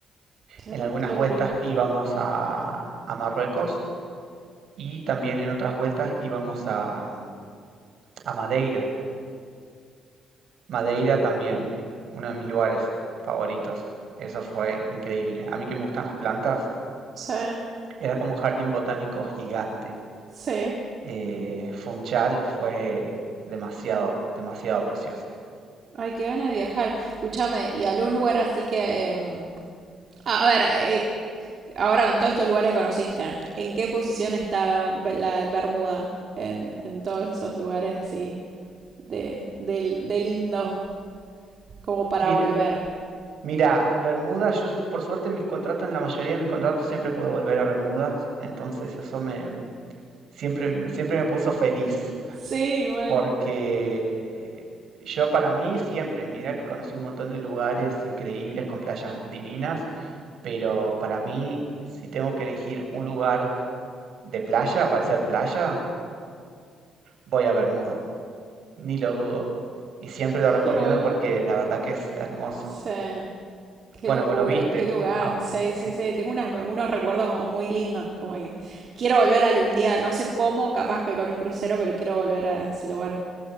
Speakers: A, on the right; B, on the right.
A: Qué,
B: En algunas
A: qué locura.
B: vueltas íbamos a, a Marruecos y también en otras vueltas íbamos a, a Madeira. Madeira también, uno de mis lugares favoritos. Eso fue increíble. A mí que me gustan las plantas,
A: Sí,
B: era como un jardín botánico gigante.
A: sí.
B: eh, Funchal fue demasiado, demasiado precioso.
A: Ay, qué ganas de viajar. Escúchame, ¿y algún lugar así que... em, a a ver, eh, Ahora con todos estos lugares que conociste, ¿en qué posición está Be- la Bermuda en, en todos esos lugares así de, del- de lindo como para
B: Mira,
A: volver?
B: mira, Bermuda, yo por suerte mis contratos, en la mayoría de mis contratos siempre puedo volver a Bermudas, entonces eso me siempre, me- siempre me puso feliz,
A: Sí, mal,
B: porque yo para mí siempre, mira que conocí un montón de lugares increíbles con playas divinas, pero para mí, si tengo que elegir un lugar de playa para hacer playa, voy a Bermudas. Ni lo dudo. Y siempre lo recomiendo
A: quiero volver.
B: porque la verdad que es hermoso.
A: Sí, qué
B: Bueno,
A: locura,
B: vos lo viste.
A: qué lugar.
B: Ah,
A: Sí,
B: sí,
A: sí, sí, tengo unas- unos recuerdos como muy lindos, como que quiero volver algún día, no sé cómo, capaz que con un crucero, pero quiero volver a ese lugar.